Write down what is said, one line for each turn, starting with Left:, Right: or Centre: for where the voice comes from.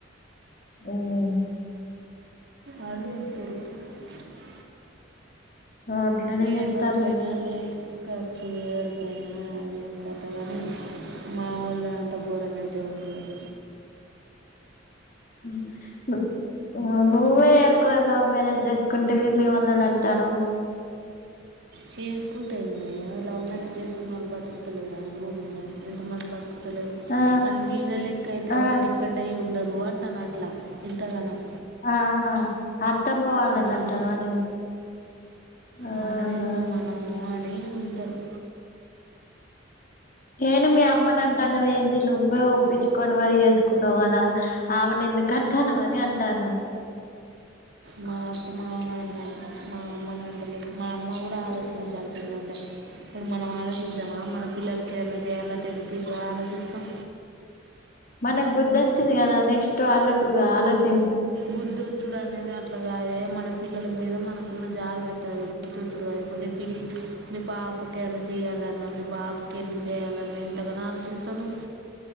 Left: మ్!
Right: ఆడి ఉత్తరు <unintelligible>
Left: అట్లనే చేత్తాలు
Right: ఎవ్వరికైనా అదే! ఖర్చు ఎవరికైనా అదే కథ గానీ మా వాళ్ళు అంత ఘోరంగా అయితే ఎవరు ఉండరు.
Left: మ్ ఇంగ నువ్వే ఎరుకువ లవ్ మ్యారేజ్ చేసుకుంటేవి మీ వాల్లని అంటాఉండావ్
Right: చేసుకుంటే ఏంది లవ్ మ్యారేజ్ చేసుకున్నోళ్ళు బతుకుతలేదా, భూమిమీద ఎంత మంది బతుకు అంతలేదు
Left: ఆ
Right: కానీ వీళ్ళ లెక్క అయితే
Left: ఆ
Right: ఎవరు డిపెండ్ అయ్యి ఉండరు. అంటాను అట్లా ఇంతగనం
Left: ఆహా! అత్తమ్మవాల్లని
Right: మనం
Left: అంటార వ నేను. ఆహా
Right: మనదేందో మనము అని ఉంటరు.
Left: ఏను మీ అమ్మని అంటాన్నావ్ ఏంది నువ్వే ఒప్పించుకొని మరి చేసుకున్నావు కదా ఆమెను. కంటన్నావనే అని అంటాన్నా.
Right: మా అత్తమామని అంటాను. మా అమ్మని అంటలే మా అమ్మ కూడా ఆలోచించాల్సింది ఉండే. ఇప్పుడు మనం ఆలోచించమా మన పిల్లలకి ఏమైనా చేయాలంటే ఎంత తీరుగా ఆలోచిస్తాం.
Left: మనకు బుద్ధి వచ్చింది గదా నెక్స్ట్ వాళ్ళ గూడా అలోచ్
Right: బుద్ధొచ్చుడనేది. అట్లా గాదె మన పిల్లల మీద మనకున్న జాగ్రత్త అది గుర్తొచ్చుడు కాదే ప్రీ మీ పాప పాపకి ఏమైన చేయాలన్నా మీ బాబుకి ఎన్ని చేయ్యాలన్నా ఎంతగానో ఆలోచిస్తావు నీవు.